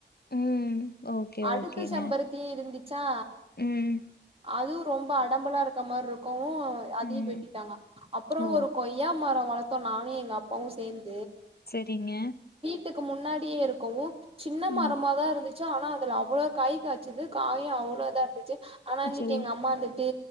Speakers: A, on the left; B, on the right.
A: ம். ஓகே,
B: அடுக்கு
A: ஓகேங்க.
B: சம்பரத்தி இருந்துச்சா
A: ம்,
B: அதுவு ரொம்பா உடம்பலா இருக்க மாதிரி இருக்கும் இப்போ அதையும்
A: ம்.
B: வெட்டிட்டாங்க அப்புறம்
A: ஓ
B: ஒரு கொய்யா மரம் வளத் நானு எங்க அப்பாவும் சேர்ந்து
A: செரிங்க
B: ட்டுக்கு முன்னாடியே இருக்குல சின்ன மரமாதா
A: ம்.
B: இருந்துச் சு ஆனா அதுல அவ்ளோ காய் காச்சது காயு அவ்ளோ இதா இருந்து ச்சு ஆனா இன்னக்கி
A: சரி.
B: எங்க அம்மா இருந்த து